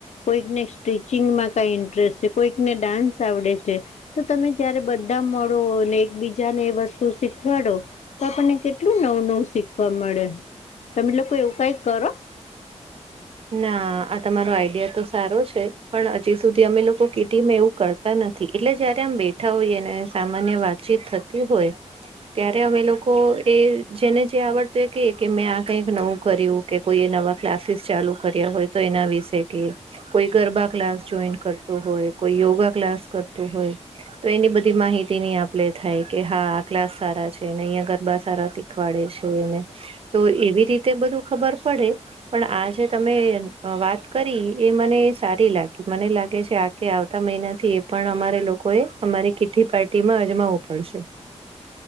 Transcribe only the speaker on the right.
ના આ તમારો આઈડિયા તો સારો છે પણ હજી સુધી અમે લોકો કીટીમાં એવું કરતા નથી એટલે જયારે આમ બેઠા હોઈએ અને સામાન્ય વાતચીત થતી હોય. ત્યારે અમે લોકો એ જેને જે આવડતું એ કે કે મેં આ કંઈક નવું કર્યું કે કોઈ એ નવા ક્લાસીસ ચાલુ કર્યા હોય તો એના વિશે કે. કોઈ ગરબા ક્લાસ જોઈન કરતો હોય કોઈ યોગા ક્લાસ કરતો હોય. તો એની બધી માહિતી ની આપ લે થાય કે હા ક્લાસ સારા છે, ને અહીંયા ગરબા સારા શીખ ખવાડે છેને તો એવી રીતે બધું ખબર પડે પણ આજ જે તમે વાત કરી એ મને સારી લાગી મને લાગે છે આખ આવતા મહિનાથી પણ અમારે લોકો એ અમારી કીઠ્ઠી પાર્ટી માં અજમાવું પડશે.